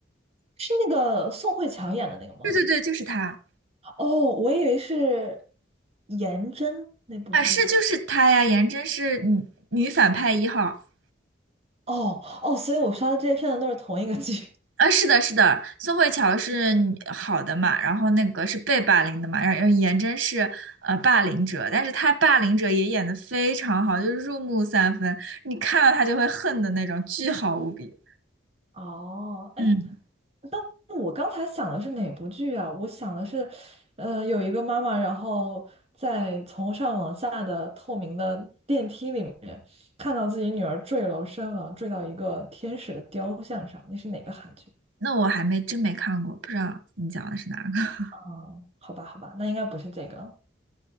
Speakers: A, on the right; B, on the right.
A: 是那个宋慧乔演的那个吗？
B: 对对对，就是她
A: 哦，我以为是颜真那部剧。
B: 啊，是就是她呀，颜真是女女反派一号。
A: 哦哦，所以我刷的这些片段都是同一个剧。
B: 啊，是的，是的，宋慧乔是女好的嘛，然后那个是被霸凌的嘛，然后颜真是呃霸凌者，但是她霸凌者也演得非常好，就是入木三分，你看到她就会恨的那种，巨好无比。
A: <laughs> 哦，哎，
B: 嗯，
A: 但我刚才想的是哪部剧啊？我想的是，呃，有一个妈妈，然后在从上往下的透明的电梯里面，看到自己女儿坠楼身亡，坠到一个天使的雕像上。那是哪个韩剧？
B: 那我还没真没看过，不知道你讲的是哪个。<laughs>
A: 啊、好吧，好吧，那应该不是这个。